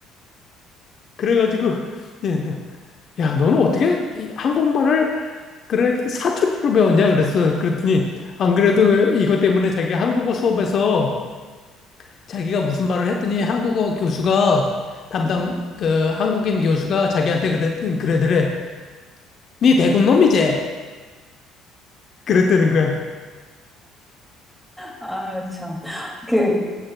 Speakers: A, on the left; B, in the centre.
A: 그래가지고, 예, 내가, 야, 너는 어떻게 이 한국말을, 그래, 그 사투리로 배웠냐? 그랬어. 그랬더니, 안 그래도 이것 때문에 자기 한국어 수업에서 자기가 무슨 말을 했더니 한국어 교수가 담당
B: 음,
A: 그 한국인 교수가 자기한테 그랬 그래더래. 네 대군 놈이제. 그랬다는 거야.
B: 아, 참. 그